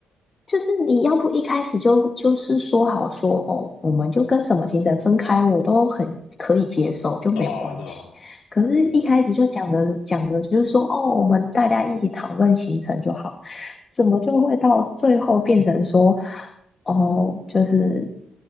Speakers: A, on the left (about 40°); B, on the left (about 85°).
A: 就是你要不一开始就就是说好说哦，我们就跟什么行程分开，我都很可以接受，
B: <laughs>
A: 就没有关系。
B: 对啊对啊，
A: 可是，
B: 真的，
A: 一开始就讲的讲的就是说哦，我们大家一起讨论行程就好，怎么就会到最后变成说哦，就是